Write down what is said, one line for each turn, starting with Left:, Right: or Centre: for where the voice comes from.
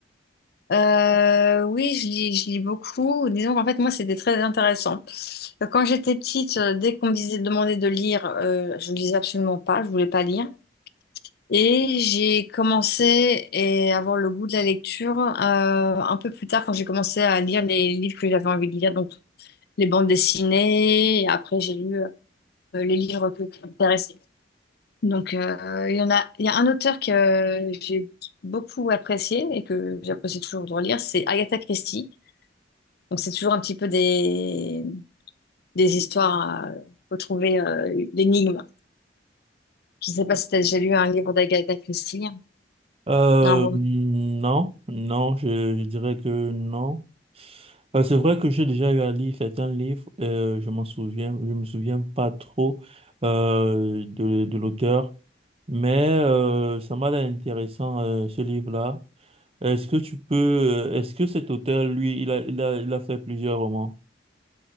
Left: Euh, oui, je lis, je lis beaucoup. Disons qu'en fait, moi, c'était très intéressant. Euh, Quand j'étais petite, euh, dès qu'on me disait, demandait de lire, euh, je ne lisais absolument pas, je voulais pas lire. Et j'ai commencé et- à avoir le goût de la lecture euh, un peu plus tard quand j'ai commencé à lire les livres que j'avais envie de lire. Donc, les bandes dessinées, et après j'ai lu euh, les livres que- qui m'intéressaient. Donc euh, il y en a, il y a un auteur que j'ai beaucoup apprécié et que j'apprécie toujours de relire, c'est Agatha Christie. Donc c'est toujours un petit peu des, des histoires à retrouver, euh, l'énigme. Je ne sais pas si tu as déjà lu un livre d'Agatha Christie,
Right: Euh,
Left: un roman.
Right: non, non, je, je dirais que non. Euh, c'est vrai que j'ai déjà eu à lire certains livres, euh, je m'en souviens, je me souviens pas trop euh, de, de l'auteur, mais euh, ça m'a l'air intéressant euh, ce livre-là. Est-ce que tu peux, euh, est-ce que cet auteur, lui, il a, il a, il a fait plusieurs romans?